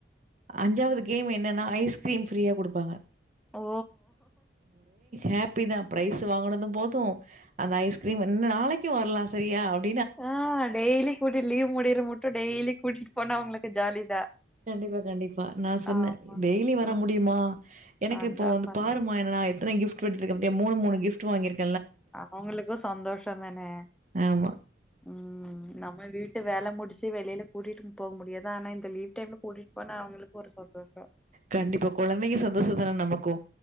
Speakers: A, on the right; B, in the centre.
A: அஞ்சாவ்து கேம் என்னன்னா ஐஸ்கிரீம் ஃப்ரீயா குடுப்பாங்க
B: ஓ
A: ஹாப்பிதா ப்ரைஸ் வாங்குனது போது அந்த ஐஸ்கிரீம் இன்னு நாளைக்கு வரலா சரியா அப்
B: ஆ டெய்லி கூட்டி லீவ் முடியிற முட்டு டெய்லி கூட்டிட்டு போனா அவங்களு க்கு ஜாலிதா
A: கண்டிப்பா கண்டிப்பா நா சொன்ன
B: ஆமா
A: டெய்லி வர
B: ஆ
A: முடியுமா எனக்கு
B: அதா
A: இப்போ வந்து
B: பாருங்க
A: பாருமா என்ன நா எத்தன கிஃப் ட் எடுத்துருக்க பாத்தியா மூணு மூணு கிஃப்ட் வாங்கிருக்
B: அவுங்களுக்கு சந்தோஷந்தானே
A: ஆமா.
B: ம் நம்ம வீட்டு வேல முடிச்சி வெளில கூட்டிட்டு போக முடியாது ஆனா இந் த லீவ் டைம்ல கூட்டிட்டு போனா அவுங்ளுக் கு ஒரு சந்தோஷம்
A: கண்டிப்பா கொழந்தெங்க சந்தோஷந்தானே நமக்கு